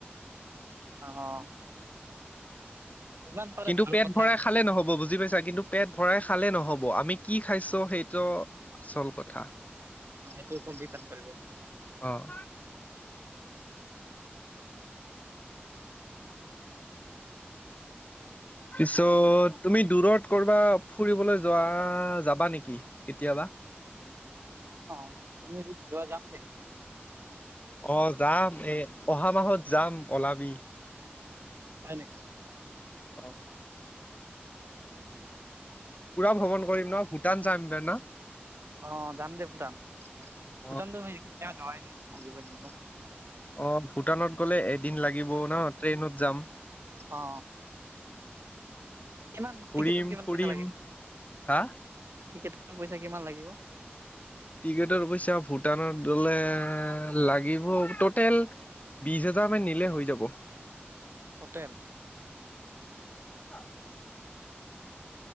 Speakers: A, on the right; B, on the left.
A: অ', যিমান পাৰে
B: কিন্তু
A: ভাল
B: পেট
A: কথা
B: ভৰাই খালে নহব বুজি পাইছা কিন্তু পেট ভৰাই খালে নহব আমি কি খাইছোঁ সেইটো আচল কথা।
A: অ', এইটো পজি পন কৰিব।
B: অ,
A: <inaudible>
B: পিছত তুমি দূৰত কৰ'বা ফুৰিবলৈ যোৱা যাবা নেকি কেতিয়াবা?
A: অঁ, তুমি যদি যোৱা যাম দে।
B: অঁ যাম এ অহা মাহত যাম ওলাবি।
A: হয় নে
B: অ, পুৰা ভ্ৰমণ কৰিম ন ভূটান চাম বে ন
A: অ, যাম দে ভূটান
B: অ',
A: ভূটানটো যোৱাই নাই আজি পৰ্য্যন্ত।
B: অ ভূটানত গ'লে এদিন লাগিব ন ট্ৰেইনত যাম।
A: অ, কিমান
B: ফুৰিম
A: টিকেটৰ কিমান
B: ফুৰিম
A: পইচা লাগিব
B: হা
A: টিকেটৰ পইচা কিমান লাগিব।
B: টিকেটৰ পইচা ভূটানত দলে লাগিব ট'টেল বিশ হোজাৰ মান নিলে হৈ যাব।
A: টতেল,
B: অ,